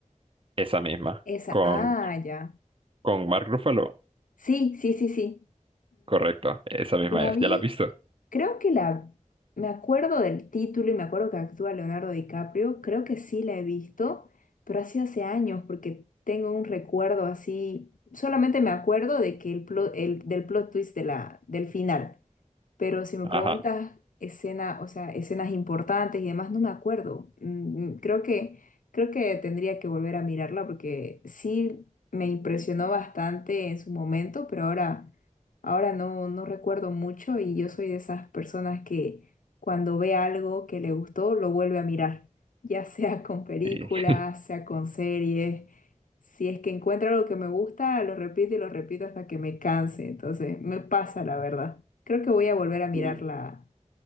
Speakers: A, on the right; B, on the left.
A: Esa misma,
B: Esa,
A: con,
B: ah, ya.
A: con Mark Ruffalo,
B: Sí, sí, sí, sí.
A: correcto, esa misma
B: La
A: es.
B: vi,
A: ¿Ya la has visto?
B: creo que la, me acuerdo del título y me acuerdo que actúa Leonardo DiCaprio, creo que sí la he visto, pero así hace años porque tengo un recuerdo así, solamente me acuerdo de que el plot, el, del plot twist de la, del final. Pero si me
A: Ajá,
B: preguntas escena, o sea, escenas importantes y demás, no me acuerdo. Mm, mm, Creo que, creo que tendría que volver a mirarla porque sí me impresionó bastante en su momento, pero ahora, ahora no, no recuerdo mucho y yo soy de esas personas que cuando ve algo que le gustó, lo vuelve a mirar, <laughs> ya sea con películas,
A: sí.
B: sea con series. Si es que encuentro algo que me gusta, lo repito y lo repito hasta que me canse. Entonces, me pasa la verdad. Creo que voy a volver a mirar
A: Sí.
B: la,